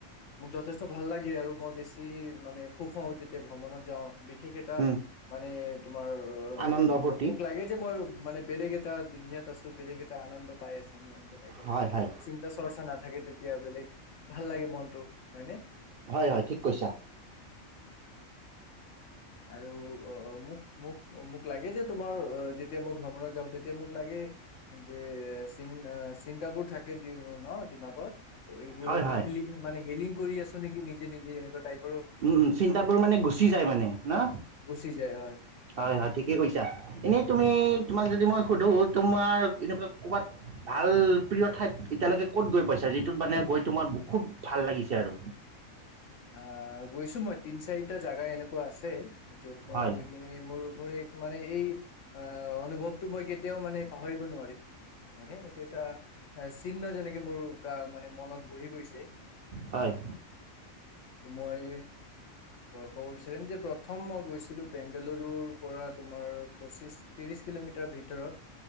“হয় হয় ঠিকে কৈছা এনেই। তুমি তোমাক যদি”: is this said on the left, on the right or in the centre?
Right